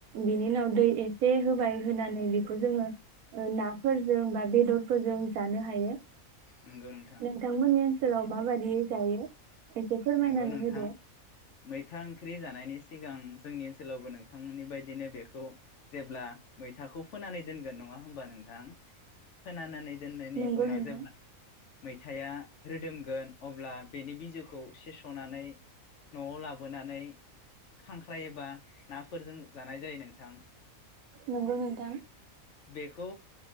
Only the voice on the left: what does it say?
नंगौ नोंथां
नोंगौ नोंथां।
मैथा ओंख्रि जानायनि सिगां जोंनि ओन्सोलावबो नोंथांमोननि बायदिनो बेखौ जेब्ला मैथाखौ फोनानै दोनगोन। नङा होमबा नोंथां? फोनानानै दोन्नायनि
उनाव
जेब्ला मैथाया रोदोमगोन अब्ला बेनि बिजौखौ। खौ खेबसनानै नआव लाबोनानै खांख्राइ एबा नाफोरजों जानाय जायो नोंथां।
बेखौ